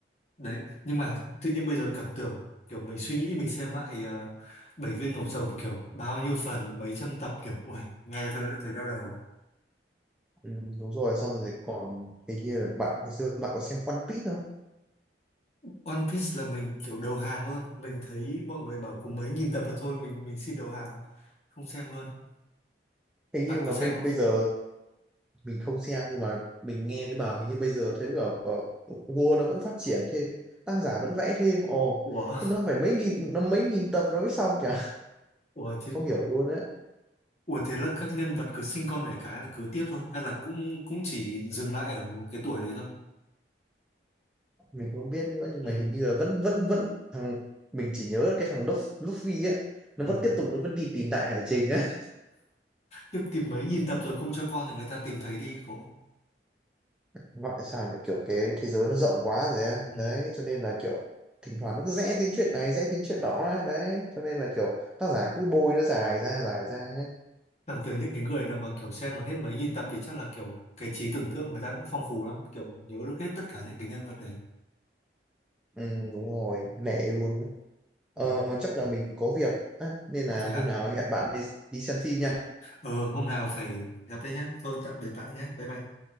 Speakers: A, on the left; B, in the centre.
A: đấy nhưng mà tự nhiên bây giờ cảm tưởng kiểu mình suy nghĩ mình xem lại ờ, Bảy viên ngọc rồng kiểu bao nhiêu phần mấy trăm tập kiểu ui nghe thôi đã thấy đau đầu
B: ừ, đúng rồi xong rồi còn hình như là bạn hồi xưa bạn có xem One Piece không
A: One Piece là mình kiểu đầu hàng luôn mình thấy mọi người bảo có mấy nghìn tập là thôi mình mình xin đầu hàng không xem luôn
B: thế
A: bạn
B: nhưng mà
A: có xem
B: bây
A: không
B: bây giờ mình không xem nhưng mà mình nghe thấy bảo hình như bây giờ thấy bảo, bảo Word nó vẫn phát triển thêm tác giả vẫn vẽ thêm ồ
A: ủa
B: thế nó phải mấy nghìn nó mấy nghìn tập nó mới xong kìa
A: <laughs> ủa
B: <laughs>
A: thế
B: không hiểu luôn á
A: ủa thế là các nhân vật cứ sinh con đẻ cái là cứ tiếp thôi hay là cũng cũng chỉ dừng lại ở một cái tuổi đấy thôi
B: mình không biết nữa nhưng
A: ừ
B: mà hình như là vẫn vẫn vẫn thằng mình chỉ nhớ là cái thằng Luff, Luffy á nó
A: ừ
B: vẫn tiếp tục nó vẫn đi tìm đại hải trình á
A: Chứ tìm mấy nghìn tập rồi không cho con thì người ta tìm thấy đi khổ
B: <laughs> gọi là sao nhỉ kiểu cái thế giới nó rộng quá rồi á
A: ừ.
B: đấy cho nên là kiểu thỉnh thoảng nó cứ rẽ đến chuyện này rẽ đến chuyện đó á. đấy cho nên là kiểu tác giả cứ bôi nó dài ra dài ra ấy.
A: cảm tưởng những cái người nào mà kiểu xem là hết mấy nghìn tập thì chắc là kiểu cái trí tưởng tượng người ta cũng phong phú lắm kiểu nhớ được hết tất cả những cái nhân vật đấy
B: Ừ, đúng rồi, lẻ luôn. á. Ờ,
A: ừ.
B: chắc là mình có việc á, nên là
A: Ồ thế
B: hôm
A: à
B: nào hẹn bạn đi, đi xem phim nha.
A: Ờ, hôm nào phải gặp đấy nhá. Thôi tạm biệt bạn nhé. Bye bye.